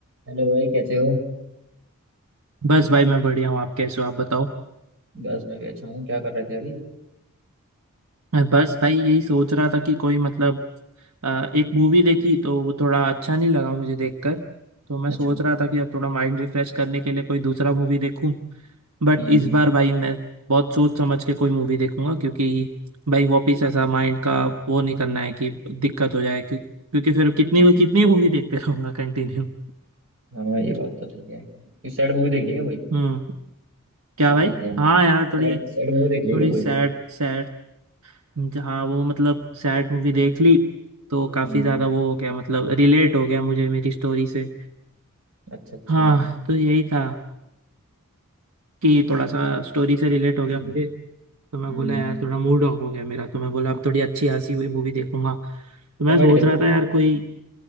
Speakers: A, on the right; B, on the right.
A: Hello भाई कैसे हो
B: बस भाई मैं बढ़िया हूँ आप कैसे हो आप बताओ
A: बस मैं भी अच्छा हूँ क्या कर रहे थे अभी
B: बस भाई यही सोच रहा था कि कोई मतलब अ, एक मूवी देखी तो वो थोड़ा अच्छा नहीं लगा मुझे देखकर तो मैं
A: अच्छा
B: सोच रहा था कि अब थोड़ा माइंड रिफ्रेश करने के लिए कोई दूसरा मूवी देखूं बट
A: हम्म
B: इस बार भाई मैं बहुत सोच समझ के कोई मूवी देखूंगा क्योंकि भाई वापिस ऐसा माइंड का वो नहीं करना है कि दिक्कत हो जाए क्यों, क्योंकि फिर कितनी कितनी मूवी देखते रहूंगा कंटिन्यू
A: हाँ ये बात तो सही है कुछ सैड मूवी देख ली क्या कोई
B: हम्म क्या
A: अरे
B: भाई
A: यार
B: हाँ यार थोड़ी
A: सैड सैड मूवी देख ली है
B: थोड़ी
A: क्या कोई
B: सैड जहाँ वो मतलब सैड मूवी देख ली तो काफी
A: हम्म
B: ज्यादा वो हो गया मतलब रिलेट हो गया मुझे मेरी स्टोरी से
A: अच्छा अच्छा
B: हाँ तो यही था कि थोड़ा सा स्टोरी से रिलेट हो गया मुझे तो मैं
A: हम्म
B: बोला यार थोड़ा मूड ऑफ हो गया मेरा तो मैं बोला अब थोड़ी अच्छी हंसी हुई मूवी देखूंगा तो
A: कॉमेडी
B: मैं सोच
A: देखो
B: रहा
A: फिर
B: था यार
A: तो
B: कोई